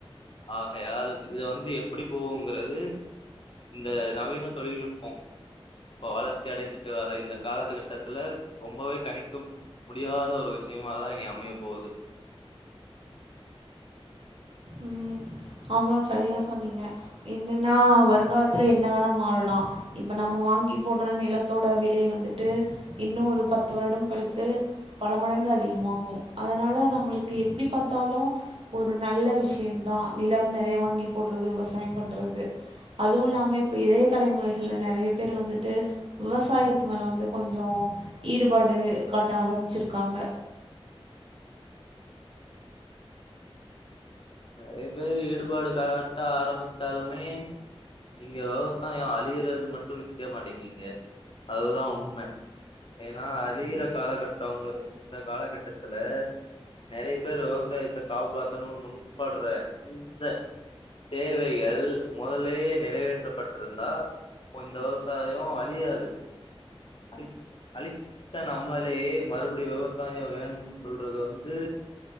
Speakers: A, on the left; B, on the right.
A: ஆஹையால் இத வந்து எப்புடி போவுங்குறது இந்த நவீன தொழில்நுட்பொ இப்ப வளர்ச்சி அடைஞ்சிட்டு வர்ற இந்த காலத்துக் கட்டத்துல ரொம்பவே கணிக்க முடியாத ஒரு விஷயமா தா இனி அமையப் போவுது
B: ம் ஆமா சரியா சொன்னீங்க என்னன்னா வருங்காலத்துல என்ன வேணா மாறலா இப்ப நம்ம வா வாங்கி போட்ற நிலத்தோட விலை வந்துட்டு இன்னு ஒரு பத்து வருடம் கழித்து பல மடங்கு அ அதிகமாஹு அதனால நம்பளுக்கு எப்டி பாத்தாலு ஒரு நல்ல விஷ் யந்தா நிலம் நறைய வாங்கி போட்றது விவசாயம் பண்றது அதுவு இல்லாம இப்ப இளைய தலைமுறைகள்ல நறைய பேரு வந்துட்டு விவசாயத்து மேல வந்து கொஞ்சோ ஈடுபாடு காட்ட ஆரம்பிச்சிருக்காங்க
A: நறைய பேரு ஈடுபாடு காட்ட ஆரம்பிச்சாலுமே இங்க விவசாயம் அழியிறது மட்டு நிக்க மாட்டீங்கீங்க அதுதா உண்ம ஏன்னா அழியிற காலக்கட்டோங்குற இந்த காலக்கட்டத்துல நறைய பேர் விவசாயத்த காப்பாத்தணும் முன்பட்ற இந்த தேவைகள் மொதல்லயே நிறைவேற்றப்பட்ருந்தா இந்த விவசாயோ அழியாது அழித் அழிச்ச நம்மளேயே மறுப்டியு விவசாயொ வேணும்னு சொல்றது வந்து